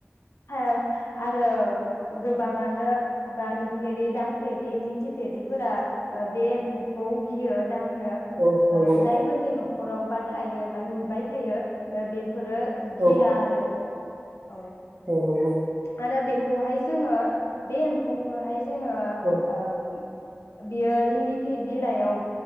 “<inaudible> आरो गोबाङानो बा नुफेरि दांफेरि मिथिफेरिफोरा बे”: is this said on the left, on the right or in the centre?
Left